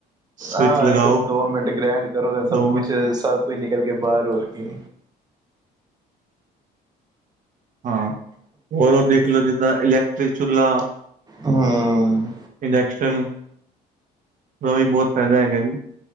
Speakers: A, on the right (about 50°); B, on the right (about 25°).
A: ਸਵਿਚ
B: ਆ
A: ਲਗਾਓ
B: ਇੱਕ ਦੋ ਮਿੰਟ ਗ੍ਰੈਂਡ ਕਰੋ ਤੇ ਸਭ
A: ਦੋ
B: ਕੁਸ਼
A: ਮਿੰਟ
B: ਸ ਕੋਈ ਨਿਕਲ ਕੇ ਬਾਹਰ ਹੋਰ ਕੀ
A: ਹਾਂ ਹੋਰ ਉਹ ਦੇਖਲੋ ਜਿੱਦਾਂ ਇਲੈਕਟ੍ਰਿਕ ਚੁੱਲਾ
B: ਹਮ
A: ਇੰਡਸ਼ਕਨ ਦਾ ਵੀ ਬੋਤ ਫੈਦਾ ਹੈਗਾ ਜੀ